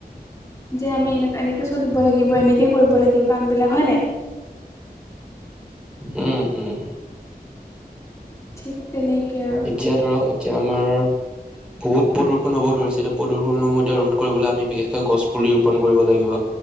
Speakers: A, on the left; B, in the centre.
A: যে আমি এনেকে এনেকে চলিব লাগিব, এনেকে কৰিব লাগিব কামবিলাক হয় নাই?
B: উম, উম।
A: ঠিক তেনেকে আৰু।
B: এতিয়া ধৰক এতিয়া আমাৰ বহুত প্ৰদূষণ হ'ব ধৰিছে দিয়ক প্ৰদূষণসমূহ এতিয়া ৰোধ কৰিবলে আমি বিশেষকে গছ পুলি ৰোপণ কৰিব লাগিব।